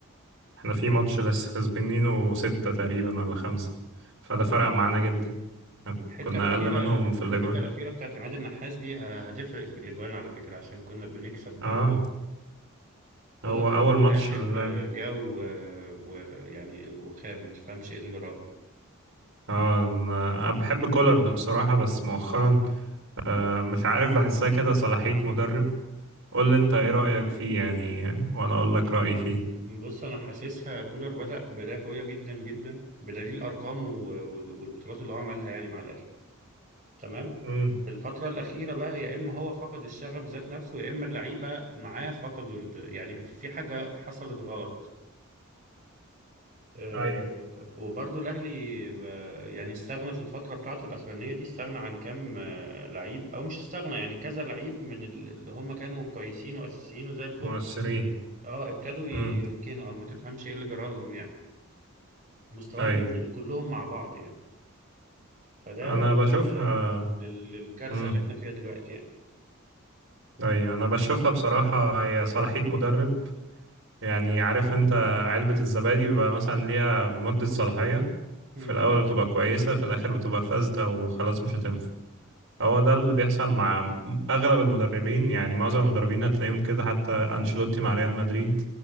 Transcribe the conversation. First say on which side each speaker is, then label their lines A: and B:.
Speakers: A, on the right; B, on the right.
A: احنا في ماتش لسه كسبانينه ستة تقريبا ولا خمسة فده
B: اه
A: فرق معانا جدا
B: الحته
A: كنا
B: الاخيره
A: أقل منهم
B: الحته
A: في الأجوان
B: الاخيره بتاعت عماد النحاس دي ه- هتفرق في الاجوان على فكره عشان كنا بنكسب
A: اه
B: جوان كولر
A: هو
B: في
A: أول
B: الاخر
A: ماتش من اللعب
B: آه، جا و- ويعني وخاب ما تفهمش ايه اللي جرى له.
A: اه أنا أنا بحب كولر بصراحة بس مؤخرا آه مش عارف بحسها كده صلاحية مدرب قول لي أنت إيه رأيك فيه يعني وأنا أقول لك رأيي فيه
B: بص انا حاسسها كولر بدا بدايه قويه جدا جدا بدليل ارقامه وال- والبطولات اللي هو عملها يعني مع الاهلي تمام
A: امم
B: الفترة الأخيرة بقى يا إما هو فقد الشغف ذات نفسه يا إما اللعيبة معاه فقدوا ال- يعني في حاجة حصلت غلط آه،
A: ايوه
B: وبرضو الأهلي ب- يعني استغنى في الفترة بتاعته الأخرانية دي استغنى عن كام آه، لعيب أو مش استغنى يعني كذا لعيب من ال- اللي هم كانوا كويسين وأساسيين وزي الفل
A: مؤثرين
B: اه ابتدوا يركنوا
A: امم
B: أو ما تفهمش إيه اللي جرى لهم يعني مستواهم
A: اي
B: نزل كلهم مع بعض يعني فده
A: انا
B: أدى
A: بشوفها
B: لل- للكارثة
A: امم
B: اللي إحنا فيها دلوقتي يعني
A: ايوه انا بشوفها بصراحه هي صلاحيه مدرب يعني عارف انت علبه الزبادي بيبقى مثلا ليها مده صلاحيه
B: مم.
A: في الاول بتبقى كويسه في الاخر بتبقى فاسده وخلاص مش هتنفع هو ده اللي بيحصل مع م- اغلب المدربين يعني معظم المدربين هتلاقيهم كده حتى انشيلوتي مع ريال مدريد